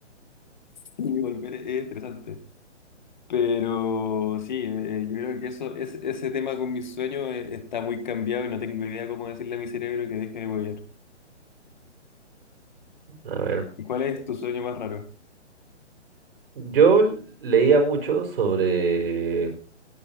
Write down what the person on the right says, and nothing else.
A ver.
Yo leía mucho sobre